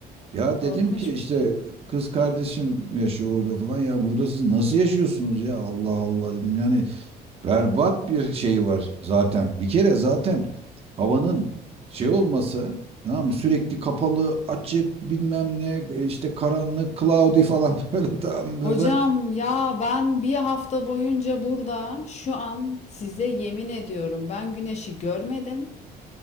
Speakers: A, on the right (about 35°); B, on the left (about 40°).
A: Ya
B: Korkunç
A: dedim ki işte
B: bir şey.
A: kız kardeşim yaşıyor orada falan. Ya burada siz nasıl yaşıyorsunuz ya? Allah Allah dedim. Yani berbat bir şey var zaten. Bir kere zaten havanın şey olması tamam mı? Sürekli kapalı, açık, bilmem ne e, işte karanlık, cloudy falan <laughs> böyle tam
B: Hocam
A: böyle.
B: ya ben bir hafta boyunca burada şu an size yemin ediyorum ben güneşi görmedim.